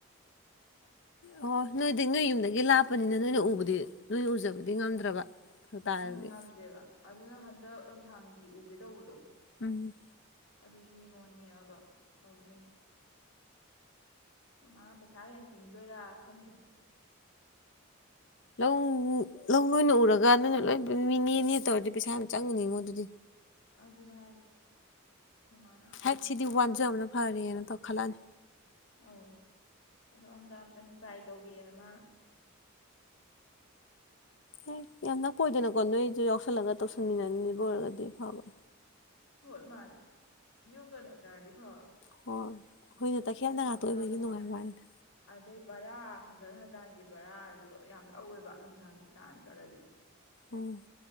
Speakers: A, on the left; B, on the left.
A: ꯑꯣ ꯅꯣꯏꯗꯤ ꯅꯣꯏ ꯌꯨꯝꯗꯒꯤ ꯂꯥꯞꯄꯅꯤꯅ ꯅꯣꯏꯅ ꯎꯕꯗꯤ ꯅꯣꯏ ꯎꯖꯕꯗꯤ ꯉꯝꯗ꯭ꯔꯕ ꯐꯔꯛ ꯇꯥꯔꯗꯤ
B: ꯎꯝ ꯉꯝꯗꯦꯕ ꯑꯗꯨꯅ ꯍ ꯍꯟꯗꯛ ꯂꯝꯁꯥꯡꯒꯤ ꯎꯒꯦ ꯇꯧꯕꯗꯣ
A: ꯎꯝ
B: ꯑꯗꯨꯁꯨ ꯃꯤꯉꯣꯟ ꯅꯦꯛꯑꯒ ꯇꯧꯗꯣꯏꯅꯤ ꯃꯃꯥ ꯄꯩꯁꯥ ꯍꯦꯟꯅ ꯇꯤꯡꯗꯣꯏꯔꯥ ꯈꯪꯗꯦ
A: ꯂꯧ ꯂꯧ ꯅꯣꯏꯅ ꯎꯔꯒ ꯅꯣꯏꯅ ꯂꯣꯏ ꯃꯤꯅꯦꯅꯦ ꯇꯧꯔꯗꯤ ꯄꯩꯁꯥ ꯌꯥꯝ ꯆꯪꯉꯅꯤꯉꯣ ꯑꯗꯨꯗꯤ
B: ꯑ ꯑꯗꯨꯅ ꯍꯥꯏꯁꯦ ꯃꯥꯅ ꯑꯍꯥꯟꯕꯩ
A: ꯍꯠ ꯁꯤꯗꯤ ꯋꯥꯟꯖꯕꯅ
B: ꯑꯝꯇꯪ
A: ꯐꯔꯦꯅ ꯈꯜꯂꯅꯤ
B: ꯑꯧ ꯑꯗꯣ ꯍꯟꯗꯛ ꯑꯝꯇꯪ ꯇ꯭ꯔꯥꯏ ꯇꯧꯒꯦꯅ ꯃꯥꯅ
A: ꯍ ꯌꯥꯝ ꯅꯛꯄ ꯑꯣꯏꯗꯅꯀꯣ ꯅꯣꯏꯁꯨ ꯌꯥꯎꯁꯜꯂꯒ ꯇꯧꯁꯟꯃꯤꯟꯅꯕ ꯑꯣꯏꯔꯒꯗꯤ ꯐꯕ
B: ꯍꯣꯏ ꯃꯥꯅꯦ ꯌꯨꯝꯒ ꯅꯛꯅꯔꯗꯤ ꯐꯕ
A: ꯍꯣꯏ ꯑꯩꯈꯣꯏꯅ ꯇꯈꯦꯜ ꯅꯒꯥꯇ
B: ꯂꯥꯞꯅꯕꯅꯤꯅ
A: ꯑꯣꯏꯕꯒꯤ ꯅꯨꯡꯉꯥꯏꯕ ꯋꯥꯅꯤꯗ
B: ꯑꯗꯩ ꯕꯔꯥ ꯒꯟꯒꯠ ꯍꯟꯗꯥꯡꯒꯤ ꯕꯔꯥꯁꯨ ꯌꯥꯝ ꯂꯧꯋꯦꯕ ꯂꯝꯁꯥꯡꯒꯤ ꯇꯥꯟꯅ ꯆꯠꯂꯗꯤ
A: ꯎꯝ